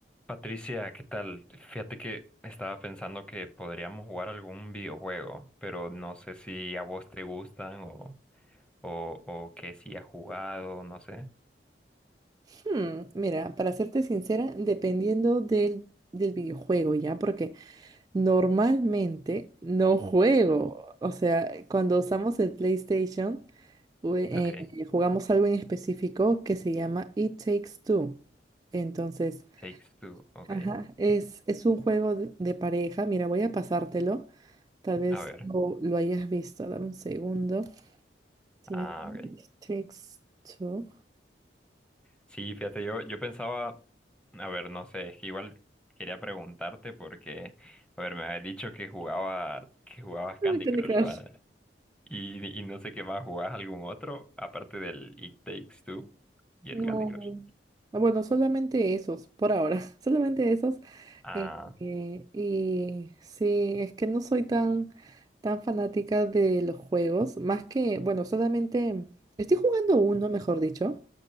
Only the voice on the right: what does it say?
Hmm, mira, para serte sincera, dependiendo del, del videojuego, ¿ya? Porque normalmente no juego.
O sea, cuando usamos el PlayStation, jue- eh,
jugamos algo en específico que se llama It Takes Two. Entonces,
ajá, es, es un juego de, de pareja. Mira, voy a pasártelo. Tal vez
lo, lo hayas visto. Dame un segundo. Se
It
Takes Two.
Ah, Candy
Crush.
No.
Ah, Bueno, solamente esos, por ahora, <laughs> solamente esos.
Eh, eh, y sí, es que no soy tan, tan fanática de los juegos, más que, bueno, solamente estoy jugando uno, mejor dicho,